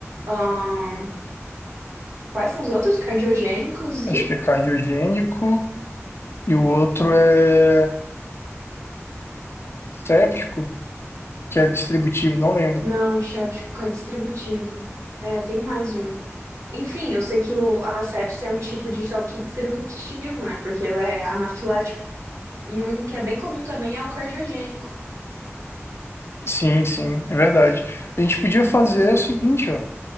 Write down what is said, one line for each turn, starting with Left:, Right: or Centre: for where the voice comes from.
Right: ahn, quais são os outros? Cardiogênicos
Left: Acho
Right: e.
Left: que é cardiogênico. E o outro é séptico, que é distributivo, não lembro.
Right: Não, o choque é distributivo. É, tem mais um. Enfim, eu sei que o, a sepsia é um tipo de choque distributivo, né? Porque ela é anafilático. E um que é bem comum também é o cardiogênico.
Left: Sim, sim, é verdade. A gente podia fazer o seguinte, ó.